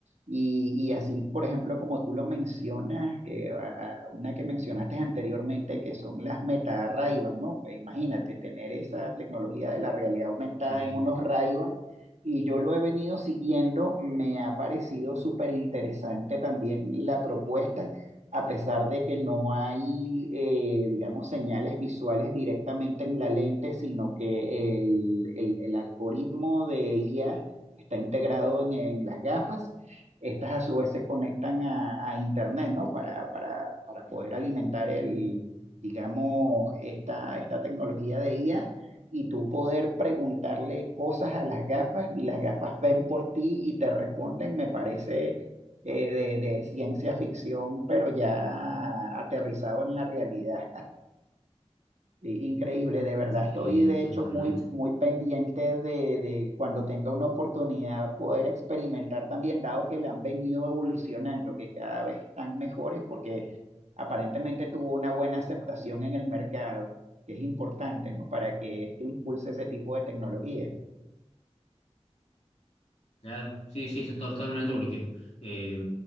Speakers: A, on the right (about 85°); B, on the left (about 70°).
A: y, y así, por ejemplo, como tú lo mencionas, que, ah, una que mencionaste anteriormente, que son las meta ray ¿no? Que imagínate tener esa tecnología de la realidad aumentada
B: Sí,
A: en unos ray y yo lo he venido siguiendo, me ha parecido súper interesante también la propuesta, a pesar de que no hay, eh, digamos, señales visuales directamente en la lente, sino que el, el- el algoritmo de IA está integrado en en las gafas estas a su vez se conectan a, a Internet, ¿no? Para, para, para poder alimentar el, digamos, esta, esta tecnología de IA y tú poder preguntarle cosas a las gafas y las gafas ven por ti y te responden, me parece eh, de, de ciencia ficción, pero ya aterrizado en la realidad. I- Increíble, de verdad.
B: sí,
A: Estoy de
B: totalmente.
A: hecho muy, muy pendiente de, de cuando tenga una oportunidad poder experimentar también, dado que la han venido evolucionando, que cada vez están mejores porque aparentemente tuvo una buena aceptación en el mercado, que es importante, ¿no? Para que esto impulse ese tipo de tecnología.
B: Claro, sí, sí, sí, totalmente porque eh,